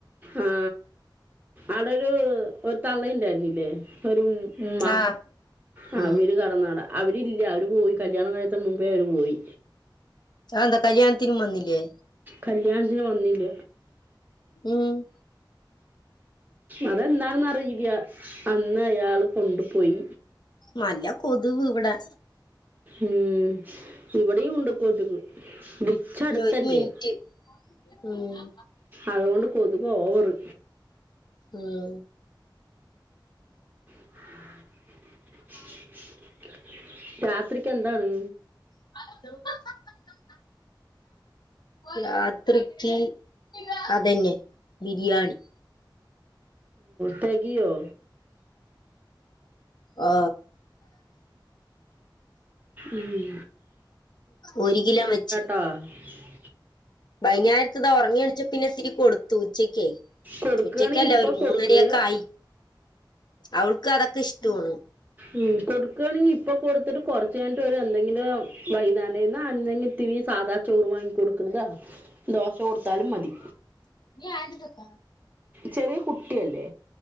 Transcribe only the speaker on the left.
ആഹ്
ഉം
അന്ത കല്യാണതിന് മന്നിലേ
ഉം
മല്ല കൊതുവ് ഇവിടെ
ഇനി ഒരു മിനിറ്റ് ഉം
ഉം
<inaudible> രാത്രിക്ക് അതന്നെ ബിരിയാണി
ഓ
ഒരു കിലോ വെച്ചു
വൈകേരത്ത ഇത് ഉറങ്ങിയ എണിച്ച പിന്നെ ഇിരി കൊടുത്തു ഉച്ചക്കായി
ഉച്ചക്കല്ല
ഒരു മൂന്നരൊക്കെ
ആയി അവൾക്ക് അതൊക്കെ ഇഷ്ടമാണ്
ഞ അത് സക്ക